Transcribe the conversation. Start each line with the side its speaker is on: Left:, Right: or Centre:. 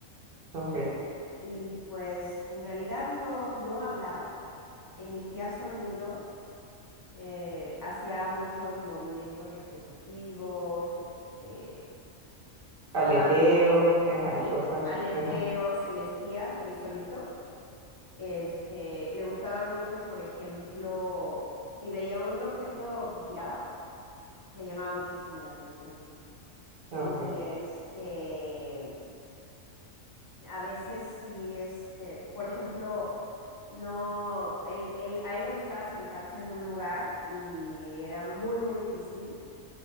Right: ok.
Left: y pues en realidad no, no hablaba, emitía sonidos, eh, hacía muchos movimientos repetitivos, este,
Right: Aleteo,
Left: cuando,
Right: ajá,
Left: sí,
Right: y cosas
Left: aleteo,
Right: así. Ajá,
Left: se mecía el solito, este, le gustaban mucho, por ejemplo, si veía un objeto que giraba le llamaba muchísimo la atención.
Right: ok,
Left: Y este, a veces sí, este, por ejemplo, no, él, él- a él le gustaba sentarse en un lugar y era muy, muy difícil